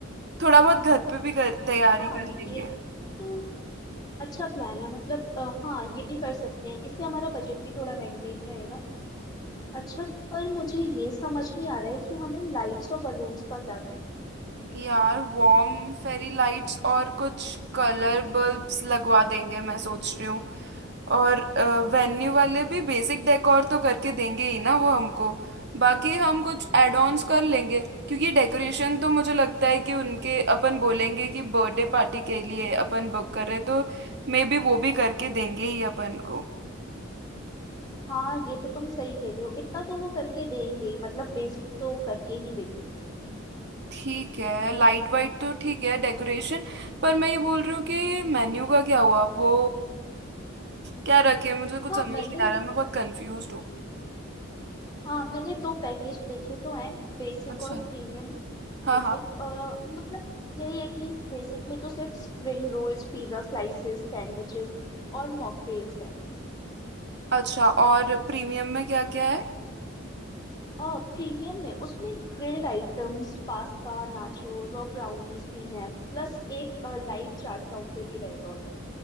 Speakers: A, on the right; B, on the left.
A: थोड़ा बहुत घर पे भी कर, तैयारी
B: हाँ
A: कर लेंगे
B: ये तो अच्छा प्लान है मतलब अ, हाँ ये भी कर सकते हैं इससे हमारा बजट भी थोड़ा मेंटेन रहेगा अच्छा पर मुझे ये समझ नहीं आ रहा है कि हमें लाइट्स और बलून्स का क्या करना है
A: यार वार्म फेरी लाइट्स और कुछ कलर बल्ब्स लगवा देंगे मैं सोच रही हूँ और वेन्यू वाले भी बेसिक डेकोर तो करके देंगे ही ना वो हमको बाकी हम कुछ एड ऑन्स कर लेंगे क्योंकि डेकोरेशन तो मुझे लगता है कि उनके अपन बोलेंगे कि बर्थडे पार्टी के लिए अपन बुक कर रहे तो मे बी वो भी करके देंगे ही अपन को
B: हाँ ये तो तुम सही कह रही हो इतना तो वो करके देंगे ही, मतलब बेसिक तो करके ही देंगे
A: ठीक है लाइट वाइट तो ठीक है डेकोरेशन पर मैं ये बोल रही हूँ कि मेन्यू का क्या हुआ वो क्या रखे मुझे कुछ
B: हाँ
A: समझ
B: मैंने
A: नहीं आ रहा मैं बहुत कंफ्यूज हूँ
B: हाँ मैंने दो पैकेज देखे तो हैं बेसिक
A: अच्छा
B: और प्रीमियम
A: हाँ
B: बेसिक
A: हाँ
B: मतलब यही है कि बेसिक में तो सिर्फ spring rolls pizza slices sandwiches और मॉकटेल्स है
A: अच्छा और प्रीमियम में क्या क्या है
B: आ, प्रीमियम में उसमें ग्रिल्ड आइटम्स पास्ता नाचोस और ब्राउनीज भी हैं प्लस एक लाइव चाट काउंटर भी रहेगा उधर